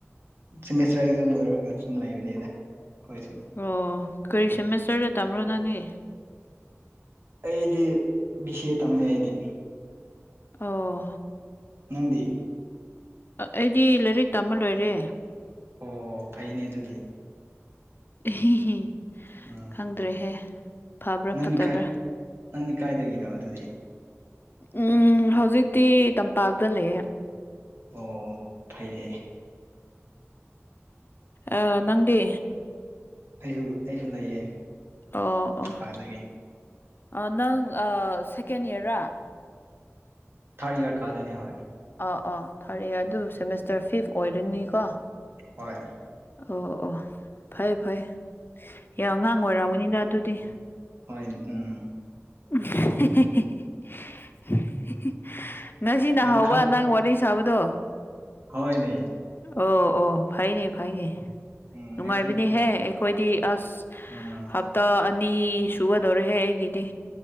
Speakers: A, on the right; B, on the left.
A: ꯁꯤꯦꯃꯦꯁꯇꯔ ꯑꯦꯛꯖꯥꯝ ꯂꯣꯏꯔꯒ ꯁꯨꯝ ꯂꯩꯕꯅꯦꯗ ꯑꯩꯈꯣꯏꯁꯨ
B: ꯑꯣ ꯀꯔꯤ ꯁꯦꯃꯦꯁꯇꯔꯗ ꯇꯝꯔꯣ ꯅꯪꯅꯦ
A: ꯑꯩꯗꯤ ꯕꯤ ꯁꯤ ꯑꯦ ꯇꯝꯃꯦ ꯑꯩꯗꯤ
B: ꯑꯣ
A: ꯅꯪꯗꯤ
B: ꯑꯩꯗꯤ ꯂꯥꯏꯔꯤꯛ ꯇꯝꯕ ꯂꯣꯏꯔꯦ
A: ꯑꯣ ꯐꯩꯅꯦ ꯑꯗꯨꯗꯤ
B: ꯏꯍꯤꯍꯤ
A: ꯎꯝ
B: ꯈꯪꯗ꯭ꯔꯦꯍꯦ ꯐꯕ꯭ꯔꯥ
A: ꯅꯪꯗꯤ
B: ꯐꯠꯇꯕ꯭ꯔꯥ
A: ꯀꯥꯏ ꯅꯪꯗꯤ ꯀꯥꯏꯗꯒꯤꯅꯣ ꯑꯗꯨꯗꯤ
B: ꯎꯝ ꯍꯧꯖꯤꯛꯇꯤ ꯇꯝꯄꯥꯛꯇ ꯂꯩꯌꯦ
A: ꯑꯣ ꯐꯩꯌꯦ
B: ꯑ ꯅꯪꯗꯤ
A: ꯑꯩꯁꯨ ꯑꯩꯁꯨ ꯂꯩꯌꯦ
B: ꯑꯣ
A: ꯇꯝꯄꯥꯛꯗꯒꯤ
B: ꯑꯣ ꯅꯪ ꯁꯦꯀꯦꯟ ꯏꯌ꯭ꯔꯔꯥ
A: ꯊꯥꯔꯠ ꯏꯌꯥꯔ ꯀꯥꯗꯣꯏꯅꯦ ꯍꯣꯏ
B: ꯑꯣ ꯑꯥ ꯊꯥꯔꯛꯑꯦ ꯑꯗꯨ ꯁꯦꯃꯦꯁꯇꯔ ꯐꯤꯐ ꯑꯣꯏꯔꯅꯤꯀꯣ
A: ꯍꯣꯏ
B: ꯑꯣ ꯑꯣ ꯐꯩ ꯐꯩ ꯌꯥꯝ ꯑꯉꯥꯡ ꯑꯣꯏꯔꯝꯒꯅꯤꯗ ꯑꯗꯨꯗꯤ
A: ꯍꯣꯏ ꯎꯝ
B: <unintelligible> ꯉꯁꯤꯅ
A: ꯌꯥꯝ
B: ꯍꯧꯕ ꯁꯕꯗꯣ
A: ꯍꫭꯏꯅꯦ
B: ꯑꯣ ꯑꯣ ꯐꯩꯅꯦ ꯐꯩꯅꯦ
A: ꯎꯝ
B: ꯅꯨꯡꯉꯥꯏꯕꯅꯤꯍꯦ
A: ꯑꯩꯁꯨ
B: ꯑꯩꯈꯣꯏꯗꯤ ꯑꯁ
A: ꯎꯝ
B: ꯍꯞ ꯇꯥ ꯑꯅꯤ ꯁꯨꯒꯗꯧꯔꯦꯍꯦ ꯑꯩꯒꯤꯗꯤ